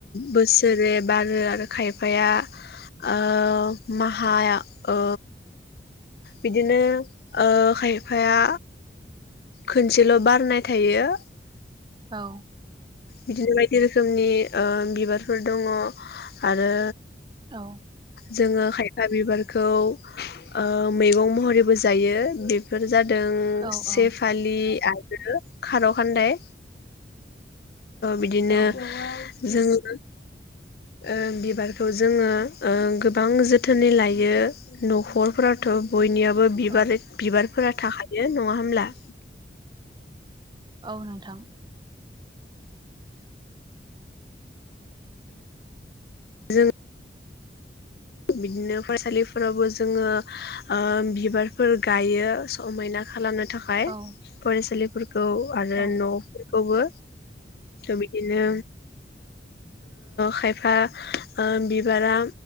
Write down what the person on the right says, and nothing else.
अ
औ
औ
औ
औ
औ नोंथां
औ
औ